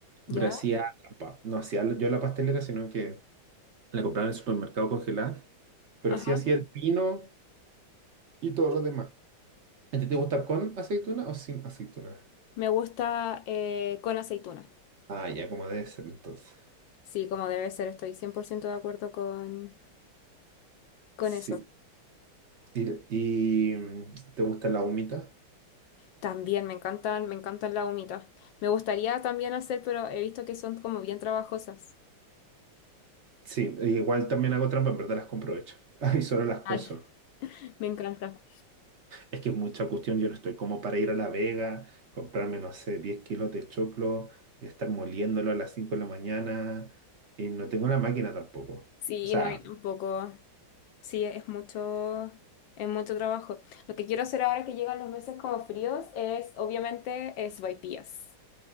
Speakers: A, on the right (about 55°); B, on the left (about 75°).
A: pero
B: ¿ya?
A: hacía trampa. No hacía yo la pastelera, sino que la compraba en el supermercado congelada, pero
B: Ajá.
A: sí hacía el pino y todo lo demás. ¿A ti te gusta con aceituna o sin aceituna?
B: Me gusta eh, con aceituna.
A: Ah, ya, como debe ser entonces.
B: Sí, como debe ser, estoy 100% de acuerdo con, con
A: Sí.
B: eso.
A: ¿Y, y, mm, te gusta la humita?
B: También me encantan, me encantan las humitas. Me gustaría también hacer, pero he visto que son como bien trabajosas.
A: Sí, e igual también hago trampa, en verdad las compro hechas. <laughs> Y solo las
B: Ay,
A: cuezo.
B: <laughs> me encanta.
A: Es que es mucha cuestión, yo no estoy como para ir a La Vega, comprarme, no sé, 10 kilos de choclo, de estar moliéndolo a las 5 de la mañana, y no tengo la máquina tampoco.
B: Sí,
A: O sea,
B: no hay tampoco. Sí, es mucho, es mucho trabajo. Lo que quiero hacer ahora que llegan los meses como fríos es, obviamente, es sopaipillas.